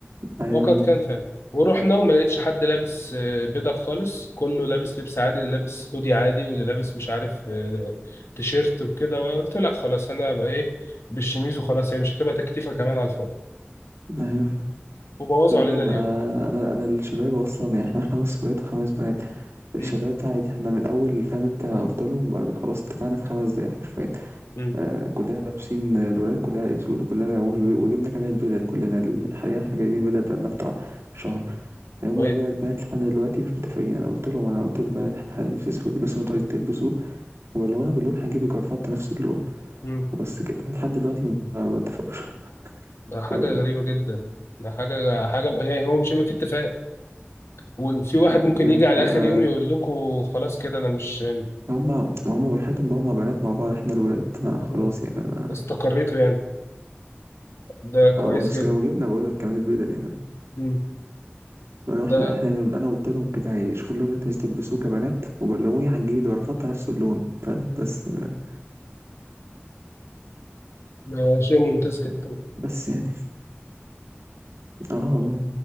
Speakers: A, on the right; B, on the left.
A: ايوه
B: وقد كان فعلا ورحنا وما لقيتش حد لابس آه، بدل خالص كله لابس لبس عادي اللي لابس هودي عادي واللي لابس مش عارف آه، تيشيرت وكده وقلت لا خلاص انا بقى ايه بالشميز وخلاص هي مش هتبقى تكتيفه كمان على الفاضي
A: ايوه
B: وبوظوا
A: لا
B: علينا
A: انا ما
B: اليوم
A: انا انا الشباب اصلا يعني احنا خمس ولاد وخمس بنات الشباب
B: امم
A: ده عادي احنا من الاول فاهم انت قلت لهم خلاص اتفقنا في خمس دقايق حرفيا
B: امم
A: آه كلنا لابسين الولاد كلها اسود وكلنا و- وجبنا كمان البدل كلنا ال- يعني حاليا احنا جايبين بدل بقالنا بتاع شهر يعني هما
B: كويس
A: بقى البنات لحد دلوقتي مش متفقين انا قلت لهم انا قلت للبنات احنا هنلبس اسود البسوا اللي انتوا عايزين تلبسوه ولو انا باللون هنجيب الجرافات نفس اللون
B: امم
A: وبس كده لحد دلوقتي ما ما اتفقوش
B: ده حاجه
A: فاهم
B: غريبه جدا ده حاجه حاجه يعني هو مش هيبقى في اتفاق وفي واحد
A: ما
B: ممكن يجي على اخر
A: ما
B: يوم يقول لكم خلاص كده انا مش
A: هم ما هم براحتهم بقى هم بنات مع بعض احنا الولاد ما خلاص
B: مم.
A: يعني فانا
B: استقريتوا يعني ده كويس
A: او بس
B: جدا
A: لو جبنا بقول لك كمان البدل يعني فاهم
B: مم.
A: انا
B: ده
A: احنا احنا انا قلت لهم كده هي- شوفوا اللون اللي انتوا عايزين تلبسوه كبنات وبلغوني هتجيبي ده رفضت نفس اللون فاهم بس يعني
B: ده شيء ممتاز جدا
A: بس يعني اه والله